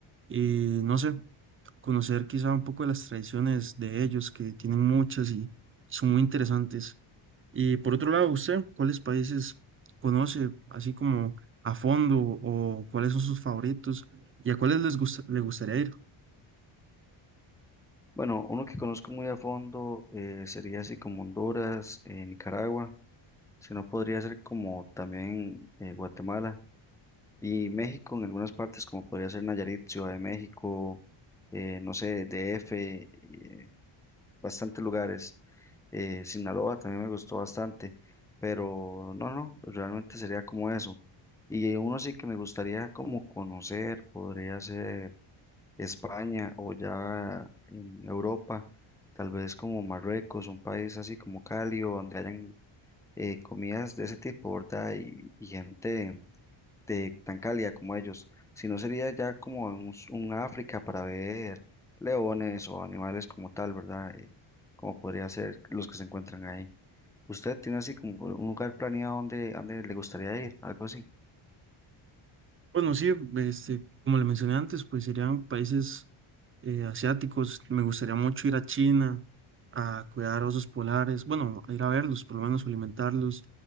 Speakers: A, on the right (about 25°); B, in the centre.
A: y no sé, conocer quizá un poco de las tradiciones de ellos, que tienen muchas y son muy interesantes. Y por otro lado, ¿usted cuáles países conoce así como a fondo o cuáles son sus favoritos y a cuáles les gusta, le gustaría ir?
B: Bueno, uno que conozco muy a fondo eh, sería así como Honduras, eh, Nicaragua. Si no, podría ser como también eh, Guatemala y México en algunas partes, como podría ser Nayarit, Ciudad de México, eh, no sé, DF, eh, bastantes lugares. Eh, Sinaloa también me gustó bastante, pero no, no, realmente sería como eso. Y uno sí que me gustaría como conocer, podría ser España o ya en Europa, tal vez como Marruecos, un país así como cálido, donde hayan eh, comidas de ese tipo, ¿verdad? Y, y gente de tan cálida como ellos. Si no sería ya como en un, s- un África para ver leones o animales como tal, ¿verdad? Eh, como podría ser los que se encuentran ahí. ¿Usted tiene así como un lugar planeado donde, donde le gustaría ir? Algo así.
A: Bueno, sí, este, como le mencioné antes, pues serían países eh, asiáticos. Me gustaría mucho ir a China a cuidar osos polares, bueno, a ir a verlos, por lo menos alimentarlos.